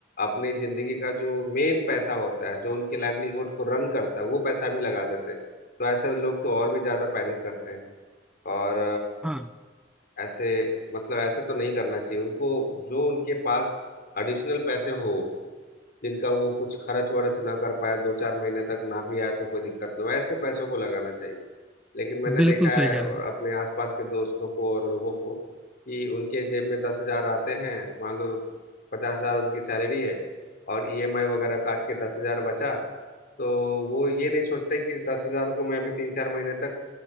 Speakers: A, on the left; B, in the centre.
A: अपनी जिंदगी का जो मेन पैसा होता है जो उनकी लाइवलीहुड को रन करता है वो पैसा भी लगा देते हैं तो ऐसे लोग तो और भी ज्यादा पैनिक करते हैं और
B: हाँ
A: ऐसे मतलब ऐसे तो नहीं करना चाहिए उनको जो उनके पास एडिशनल पैसे हो जिनका वो कुछ खर्च वर्च ना कर पाए दो चार महीने तक ना भी आए तो कोई दिक्कत ना हो ऐसे पैसों को लगाना चाहिए लेकिन मैंने देखा
B: बिल्कुल
A: है
B: सही कह
A: और
B: रहे
A: अपने आसपास के दोस्तों को और लोगों को कि उनके जेब में दस हजार आते हैं मान लो पचास हजार उनकी सैलरी है और ईएमआई वगैरह काट के दस हजार बचा तो वो ये नहीं सोचते कि इस दस हजार को मैं अभी तीन चार महीने तक